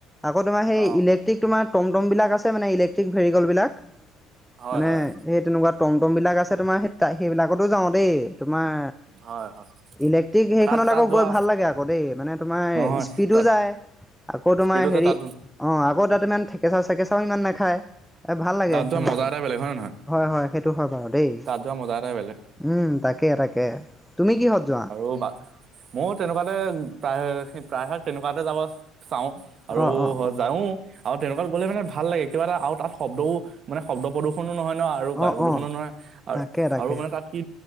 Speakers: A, in the centre; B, on the right.
A: আকৌ তোমাৰ সেই
B: অ
A: ইলেক্ট্ৰিক তোমাৰ টমটম বিলাক আছে মানে ইলেক্ট্ৰিক ভেৰিকলবিলাক,
B: হয়
A: মানে
B: হয়
A: সেই তেনেকুৱা টমটম বিলাক আছে তোমাৰ সেই সেইবিলাকতো যাওঁ দেই তোমাৰ।
B: হয় হয়
A: ইলেক্ট্ৰিক সেইখনত
B: তাত তাত
A: আকৌ,
B: যোৱা
A: গৈ ভাল লাগে আকৌ দেই মানে তোমাৰ
B: নহয়
A: স্পীডো
B: তাত
A: যায় আকৌ তোমাৰ
B: স্পীডো
A: হেৰি,
B: যোৱা তাত
A: অঁ আকৌ তাত ইমান থেকেচা চেকেচাও ইমান নেখায়। এই ভাল লাগে
B: তাত
A: সেইখনত
B: যোৱা মজা
A: গৈ,
B: এটাই বেলেগ হয় নে নহয়
A: হয় হয় সেইটো হয় বাৰু দেই।
B: তাত যোৱা মজা এটাই বেলেগ
A: উম তাকে তাকে তুমি কিহত যোৱা?
B: আৰু বা, ময়ো তেনেকুৱাতে প্ৰায় প্ৰায়ভাগ তেনেকুৱাতে যাব- চাওঁ আৰু
A: অঁ অঁ অঁ
B: যাওঁ। আৰু তেনেকুৱাত গ'লে মানে ভাল লাগে কিবা এটা আৰু তাত শব্দও মানে শব্দ প্ৰদূষনো নহয় ন। আৰু বায়ু
A: অঁ
B: প্ৰদূৰণো
A: অঁ
B: নহয় আৰু
A: তাকে তাকে
B: আৰু মানে তাত কি